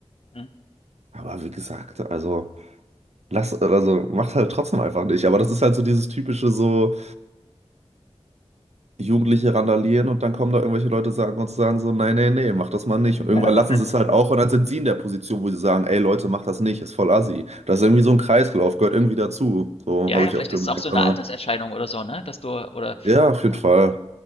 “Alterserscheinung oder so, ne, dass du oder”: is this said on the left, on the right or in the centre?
Left